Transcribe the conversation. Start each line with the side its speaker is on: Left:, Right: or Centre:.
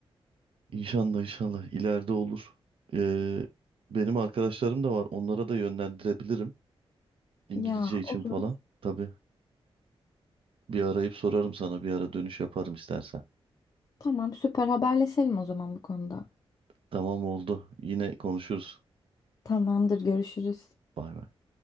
Right: İnşallah inşallah ileride olur. Ee, benim arkadaşlarım da var. Onlara da yönlendirebilirim. İngilizce
Left: <laughs> Ya
Right: için
Left: olur.
Right: falan. Tabii bir arayıp sorarım sana. Bir ara dönüş yaparım istersen.
Left: Tamam süper haberleşelim o zaman bu konuda.
Right: Tamam oldu. Yine konuşuruz.
Left: Tamamdır görüşürüz.
Right: Bay bay.